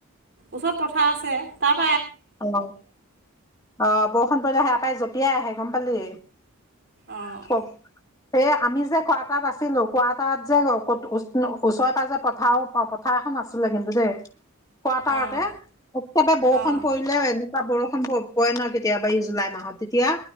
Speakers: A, on the right; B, on the left.
A: ওচৰত পথাৰ আছে তাত
B: অ' আহ বৰষুণ পৰিলে সে পায় জঁপিয়াই আহে গম পালি।
A: অঁ
B: <unintelligible> এই আমি যে কোৱাটাত আছিলো কোৱাটাত যে ওচৰে পাজৰে পথাৰ পথাৰখন নাছিলে কিন্তু দেই কোৱাটাৰতে
A: অঁ
B: একেবাৰে বৰষুণ
A: অঁ
B: পৰিলে এনেকুৱা বৰষুণ পয় নহয় কেতিয়াবা এই জুলাই মাহত তেতিয়া